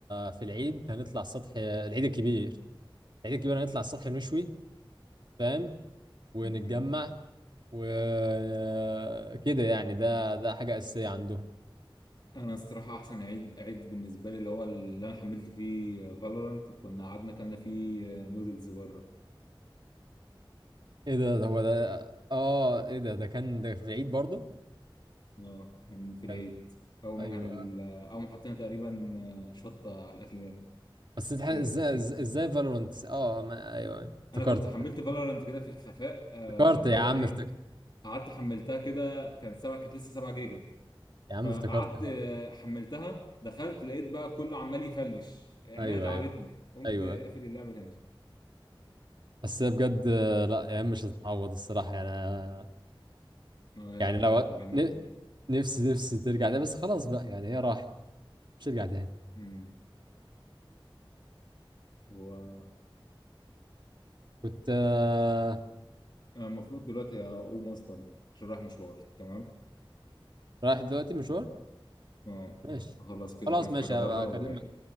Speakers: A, on the right (about 55°); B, on the left (about 55°).
A: في العيد هنطلع السطح العيد الكبير العيد الكبير هنطلع السطح نشوي فاهم ونتجمع
B: مم.
A: وكده يعني ده ده حاجة أساسية عندهم
B: انا الصراحه احسن عيد عيد بالنسبه لي اللي هو اللي انا حملت فيه فالورانت وكنا قعدنا اكلنا فيه آه، نودلز بره
A: ايه ده ده هو ده اه ايه ده ده كان ده في العيد برضه
B: اه كان في العيد
A: كان
B: اول
A: ايوه
B: ما كان ال- آه، اول ما حطينا تقريبا آه، شطه على الاكل
A: بس إزاي-
B: كتير
A: ازاي ازاي فالورانت اه ما ايوه افتكرت
B: انا كنت حملت فالورانت كده في الخفاء آه،
A: افتكرت
B: اللي
A: يا
B: هو
A: عم
B: ايه
A: افتكرت
B: قعدت حملتها كده كان سبعة كانت لسه 7 جيجا
A: يا عم
B: فقعدت
A: افتكرت خلاص.
B: آه، حملتها دخلت لقيت بقى كله عمال يفلش عينيا
A: ايوه
B: تعبتني
A: ايوه
B: قمت
A: ايوه
B: قافل اللعبة تاني
A: بس هي بجد آه، لا ايام مش هتتعوض الصراحه يعني أنا-
B: آه، يا
A: يعني
B: الأيام
A: لو
B: كانت جميلة
A: ن- نفسي نفسي ترجع تاني بس خلاص بقى يعني هي راحت مش هترجع تاني
B: امم هو
A: كنت آه،
B: أنا المفروض دلوقتي أقوم أصلا عشان رايح مشوار تمام
A: رايح دلوقتي مشوار
B: اه
A: ماشي
B: هخلص كده
A: خلاص
B: كام
A: ماشي
B: حاجة
A: هبقى
B: بره
A: اكلمك
B: وجاي